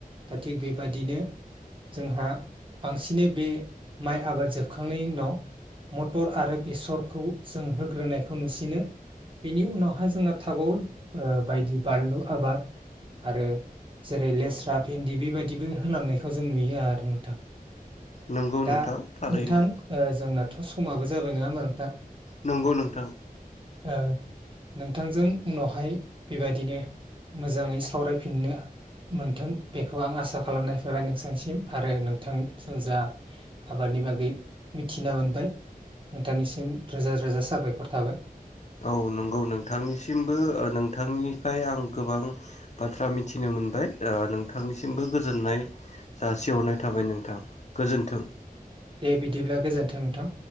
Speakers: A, on the right; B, on the left.
A: दा थिग बेबादिनो जोंहा बांसिनै बे माइ आबाद जोबखांनायनि उनाव मटर आरो बेसरखौ जों होग्रोनायखौ नुसिनो बेनि उनावहाय जोंहा थागौ बायदि बानलु आबाद आरो जेरै लेस्रा, भेन्दि बेबायदिबो होलांनायखौ जों नुयो आरो नोंथां।
B: नंगौ
A: दा
B: नोंथां थारैनो
A: नोंथां जोंना थ' समाबो जाबाय नङा होनबा नोंथां।
B: नंगौ नोंथां।
A: ओ नोंथांजों उनावहाय बेबायदिनो मोजाङै सावरायफिननो मोनथों बेखौ आं आसा खालामनाय फैाय नोंथांसिम आरो नोंथांजों जा आबादनि बागै मिथिना मोनबाय नोंथांनिसिम। रोजा रोजा साबायखर थाबाय।
B: औ नंगौ नोंथांनिसिमबो नोंथांनिफ्राय आं गोबां बाथ्रा मिथिनो मोनबाय नोंथांनिसिमबो गोजोननाय जासिहरनाय थाबाय नोंथां गोजोन्थों।
A: दे बिदिब्ला गोजोन्थों नोंथां।